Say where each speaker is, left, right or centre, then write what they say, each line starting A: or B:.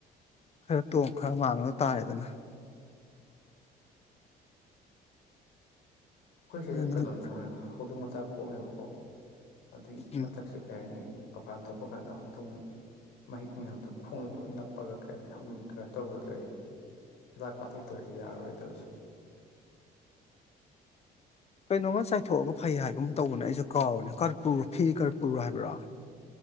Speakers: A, on the left; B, on the left.
A: ꯈꯔ ꯇꯣꯡ ꯈꯔ ꯃꯥꯡꯕ ꯇꯥꯔꯦꯗꯅ ꯫
B: ꯑꯩꯈꯣꯏꯁꯦ
A: ꯑꯗꯨ
B: ꯀꯩꯅꯣ
A: ꯅꯨꯃꯤꯠ
B: ꯅꯍꯥꯟꯅ ꯍꯧꯗꯣꯡ ꯃꯆꯥ ꯀꯣꯝꯃꯦꯕꯀꯣ ꯑꯗꯨꯒꯤ
A: ꯎꯝ
B: ꯃꯊꯛꯁꯦ ꯀꯩ ꯍꯥꯏꯅꯤ ꯃꯄꯥꯟ ꯊꯣꯛꯄ ꯀꯥꯟꯗ ꯍꯧꯗꯣꯡ ꯃꯍꯤꯛ ꯃꯌꯥꯝꯗꯨ ꯈꯣꯡꯗ ꯇꯣꯏꯅ ꯅꯞꯄꯒ ꯀ ꯌꯥꯝ ꯀꯩꯅ ꯇꯧꯕꯗ ꯂꯩꯔꯤꯅꯤ ꯍꯤꯗꯥꯛ ꯀꯥꯞꯊꯣꯛꯇ꯭ꯔꯗꯤ ꯌꯥꯔꯔꯣꯏ ꯇꯧꯏꯁꯤ꯫
A: ꯀꯩꯅꯣꯝꯃ ꯆꯥꯏꯊꯣꯛꯑꯒ ꯐꯩ ꯍꯥꯏꯒꯨꯝ ꯇꯧꯕꯅꯦ ꯑꯩꯁꯨ ꯀꯥꯎꯕꯅꯦ ꯀꯔꯄꯨꯔ ꯐꯤ ꯀꯔꯄꯨꯔ ꯍꯥꯏꯕ꯭ꯔꯥ